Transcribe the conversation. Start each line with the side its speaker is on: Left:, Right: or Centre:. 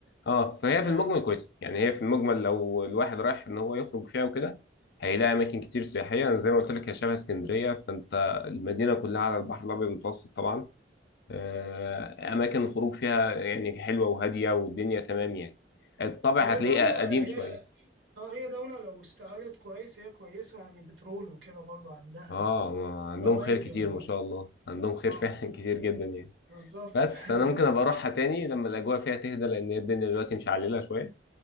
Left: اه فهي في
Right: آه.
Left: المجمل كويسه يعني هي في المجمل لو الواحد رايح ان هو يخرج فيها وكده هيلاقي اماكن كتير سياحيه أنا زي ما قلت لك هي شبه اسكندريه فانت المدينه كلها على البحر الابيض المتوسط طبعا آه، اماكن الخروج فيها يعني حلوه وهاديه والدنيا تمام يعني الطابع
Right: هي
Left: هتلاقيه
Right: دولة
Left: قديم
Right: هي
Left: شويه
Right: اه هي دولة لو استغلت كويس هي كويسة يعني بترول وكده برضو عندها
Left: اه ما عندهم
Right: الموارد
Left: خير كتير
Right: ال-
Left: ما شاء الله عندهم خير
Right: اه
Left: فعلا <laughs> كتير جدا يعني
Right: بالظبط
Left: بس
Right: <laughs>
Left: فانا ممكن ابقى اروحها تاني لما الاجواء فيها تهدى لان هي الدنيا دلوقتي مشعلله شويه